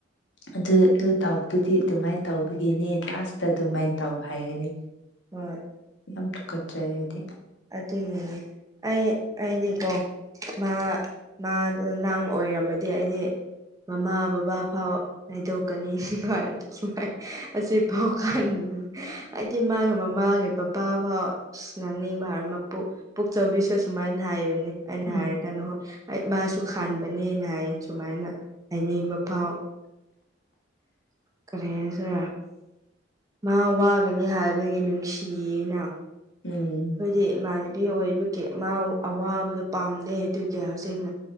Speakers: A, on the left; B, on the right.
A: ꯑꯗꯨ ꯑꯗꯨ ꯇꯧꯕꯗꯨꯗꯤ ꯑꯗꯨꯃꯥꯏꯅ ꯇꯧꯕꯒꯤꯅꯦ ꯀ꯭ꯂꯥꯁꯇ ꯑꯗꯨꯃꯥꯏꯅ ꯇꯧ ꯍꯥꯏꯒꯅꯤ
B: ꯍꯝ
A: ꯌꯥꯝ ꯇ ꯀꯗꯤ
B: ꯑꯗꯨꯏꯒꯤꯅꯦ ꯑꯩ ꯑꯩꯗꯤꯀꯣ ꯃꯥ ꯃꯥꯗ ꯅꯪ ꯑꯣꯏꯔꯝꯃꯗꯤ ꯑꯩꯗꯤ ꯃꯃꯥ ꯕꯕꯥ ꯐꯥꯎ ꯍꯥꯏꯗꯣꯛꯀꯅꯤ ꯁꯃꯥꯏ ꯁꯨꯃꯥꯏꯅ ꯑꯁꯤ ꯐꯥꯎ ꯀ ꯍꯥꯏꯗꯤ ꯃꯥꯒ ꯃꯃꯥꯒ ꯕꯕꯥꯕꯥ ꯏꯁ ꯉꯥꯡꯅꯤꯡꯕꯔ ꯃꯄꯨ ꯄꯨꯛꯆꯧꯕꯤꯁꯨ ꯑꯨꯃꯥꯏꯅ ꯍꯥꯏꯕꯅꯤ ꯑꯩꯅ
A: ꯎꯝ
B: ꯍꯥꯏꯔꯛꯦ ꯀꯩꯅꯣ ꯑꯩ ꯃꯥꯁꯨ ꯈꯥꯟꯕꯅꯦꯅ ꯍꯥꯏ ꯁꯨꯃꯥꯏꯅ ꯍꯥꯏꯅꯤꯡꯕ ꯐꯥꯎ ꯀꯦꯁ ꯃꯥ ꯋꯥꯒꯅꯤ ꯍꯥꯏꯕꯒꯤ ꯅꯨꯡꯁꯤꯌꯦꯅ
A: ꯎꯝ
B: ꯑꯩꯈꯣꯏꯗꯤ ꯏꯃꯥꯟꯅꯕꯤ ꯑꯣꯏꯕꯒꯤ ꯃꯥ ꯑꯋꯥꯕꯗꯣ ꯄꯥꯝꯗꯩ ꯑꯗꯨꯒꯤ ꯍꯧꯖꯤꯛꯅ